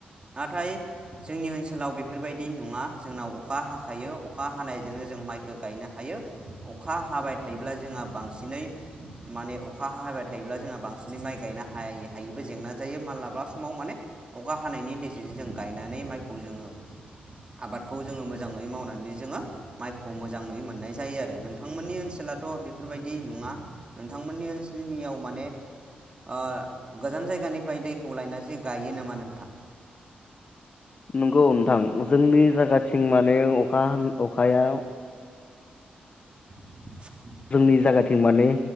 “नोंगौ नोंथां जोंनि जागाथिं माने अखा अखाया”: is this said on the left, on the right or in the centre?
Left